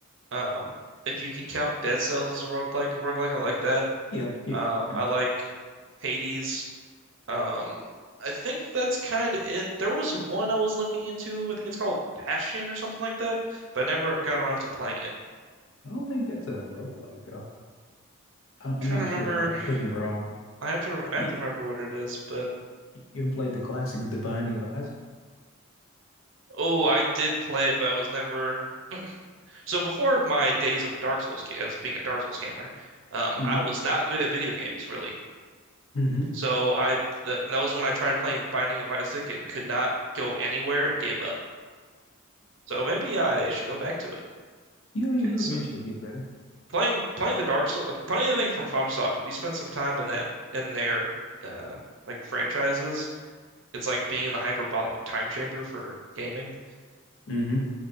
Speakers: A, on the right; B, on the left.
A: Um, if you can count Dead Cells as a roguelike, roguelike, I like that.
B: Yeah, yeah,
A: Um,
B: yeah.
A: I like Hades. Um, I think that's kind of it. There was one I was looking into. I think it's called Bastion or something like that, but I never got around to playing it. I'm
B: I don't think that's a roguelike though. I,
A: trying
B: I'm not
A: to remember.
B: sure. I, I could be wrong.
A: I have to. I have
B: You,
A: to remember what it is. But
B: you have played the classic The Binding of Isaac?
A: oh, I did play it, but I was never. So before my days of a Dark Souls ga- as being a Dark Souls gamer, um,
B: hmm
A: I was not good at video games really.
B: hmm
A: So I th that was when I tried playing Binding of Isaac and could not go anywhere and gave up. So maybe I should go back to it
B: You you
A: because
B: eventually get better.
A: playing playing the Dark Souls, playing anything from FromSoft. If you spend some time in that in their uh like franchises, it's like being in the hyperbolic time chamber for gaming.
B: hmm